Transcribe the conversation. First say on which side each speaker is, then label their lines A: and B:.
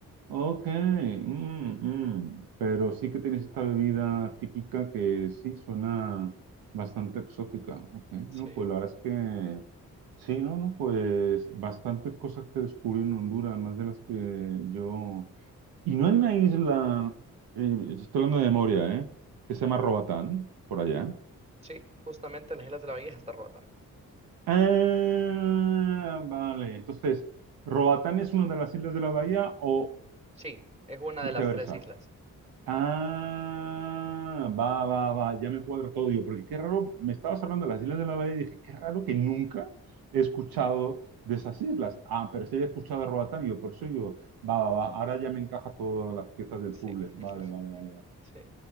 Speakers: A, on the right; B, on the right.
A: Ok, mm, mm. Pero sí que tienes esta bebida típica que sí suena bastante exótica. Ok,
B: Sí.
A: no, pues la verdad es que sí, no, no, pues bastantes cosas que descubrí en Honduras, más de las que yo. Y no hay una isla, eh, estoy hablando de memoria, ¿eh? Que se llama Roatán, por allá.
B: Sí, justamente las Islas de la Bahía está Roatán.
A: Ah, vale. Entonces, ¿Roatán es una de las islas de la bahía o
B: Sí, es una
A: viceversa?
B: de las tres islas.
A: Ah, va, va, va, ya me cuadra todo. Yo, porque qué raro, me estabas hablando de las Islas de la Bahía y dije, qué raro que nunca he escuchado de esas islas. Ah, pero sí había escuchado de Roatán, y yo, por eso yo, va, va, va, ahora ya me encaja todas las piezas del
B: Sí.
A: puzzle. Vale,
B: <laughs>
A: vale, vale, vale.
B: Sí,